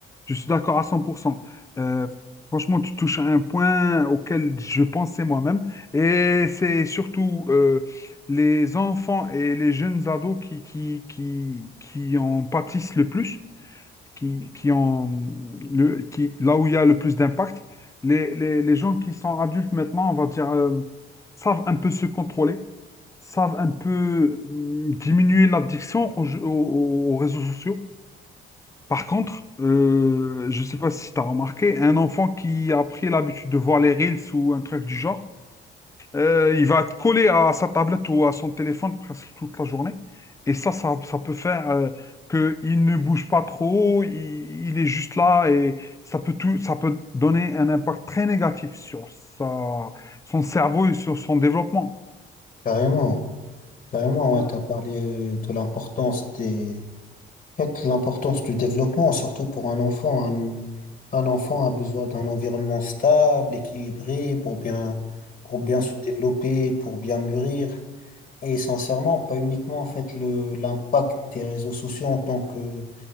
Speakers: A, on the left (about 15°); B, on the left (about 45°).
A: Je suis d'accord à 100%. Euh, franchement, tu touches à un point auquel je pensais moi-même. Et c'est surtout euh, les enfants et les jeunes ados qui, qui, qui, qui en pâtissent le plus, qui, qui en, le, qui, là où il y a le plus d'impact. Les, les, les gens qui sont adultes maintenant, on va dire, euh, savent un peu se contrôler, savent un peu euh, diminuer l'addiction aux jeux- aux- aux réseaux sociaux. Par contre, euh, je ne sais pas si tu as remarqué, un enfant qui a pris l'habitude de voir les reels ou un truc du genre, euh, il va te coller à sa tablette ou à son téléphone presque toute la journée. Et ça, ça, ça peut faire euh, que qu'il ne bouge pas trop, il, il est juste là et ça peut tout, ça peut donner un impact très négatif sur sa, son cerveau et sur son développement.
B: Carrément, carrément,
A: Voilà.
B: ouais. T'as parlé euh, de l'importance des, en fait, l'importance du développement, surtout pour un enfant. Un, un enfant a besoin d'un environnement stable, équilibré, pour bien, pour bien
A: Mhm.
B: se développer, pour bien mûrir. Et sincèrement, pas uniquement en fait le l'impact des réseaux sociaux en tant que